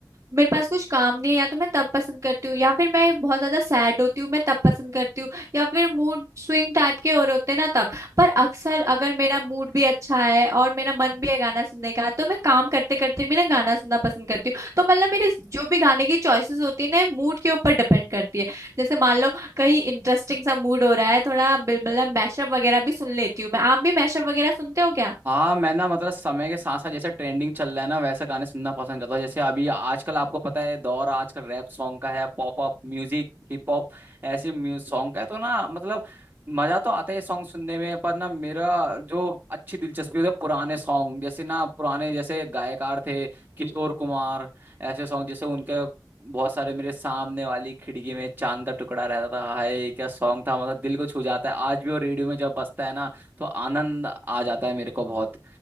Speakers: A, on the right; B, on the right.
A: मेरे पास कुछ काम नहीं है या तो मैं तब पसंद करती हूँ या फिर मैं बहुत ज्यादा सैड होती हूँ मैं तब पसंद करती हूँ या फिर मूड स्विंग टाइप के हो रहे होते हैं ना तब पर अक्सर अगर मेरा मूड भी अच्छा है और मेरा मन भी है गाना सुनने का तो मैं काम करते करते भी ना गाना सुनना पसंद करती हूँ तो मतलब मेरे जो भी गाने की चॉइसेस होती है ना मूड के ऊपर डिपेंड करती है जैसे मान लो कहीं इंटरेस्टिंग सा मूड हो रहा है थोड़ा बिल- मतलब मैशअप वगैरह भी सुन लेती हूँ मैं आप भी मैशअप वगैरह सुनते हो क्या
B: हाँ मैं ना मतलब समय के साथ साथ जैसे ट्रेंडिंग चल रहा है ना वैसे गाने सुनना पसंद करता हूँ जैसे अभी आजकल आपको पता है दौर आजकल रैप सॉन्ग का है pop up music hip hop ऐसे म्यूजिक सॉन्ग का है तो ना मतलब मजा तो आता है सॉन्ग सुनने में पर ना मेरा जो अच्छी दिलचस्पी है पुराने सॉन्ग जैसे ना पुराने जैसे गायकार थे किशोर कुमार ऐसे सॉन्ग जैसे उनके बहुत सारे मेरे सामने वाली खिड़की में चांद का टुकड़ा रहता था हाय क्या सॉन्ग था मतलब दिल को छू जाता है आज भी वो रेडियो में जब बजता है ना तो आनंद आ जाता है मेरे को बहुत